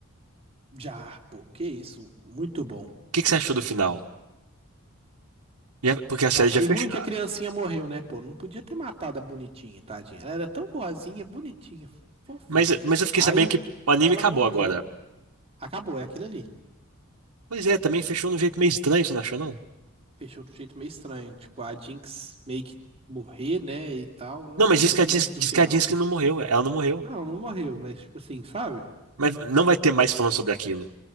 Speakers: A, on the right; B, on the right.
A: Já, pô, que isso, muito bom.
B: que que você achou do final? E é- Porque a
A: Achei
B: série já fechou.
A: ruim que a
B: Ah,
A: criancinha morreu, né? Pô, não podia ter matado a bonitinha, tadinha. Ela era tão boazinha, bonitinha, fofinha.
B: Mas, mas eu fiquei
A: Aí
B: sabendo que o anime
A: ela
B: acabou
A: morreu.
B: agora.
A: Acabou, é aquilo ali.
B: Pois é, também fechou de um jeito meio estranho, você não achou, não?
A: Fechou de um jeito meio estranho. Tipo, a Jinx meio que morrer, né? E tal. Não
B: Não,
A: gostei
B: mas diz que
A: muito
B: a Dis-
A: do
B: diz
A: final.
B: que a Disney não morreu, é, ela não morreu.
A: Não, não morreu, mas tipo assim, sabe?
B: Mas não vai ter mais falando sobre aquilo.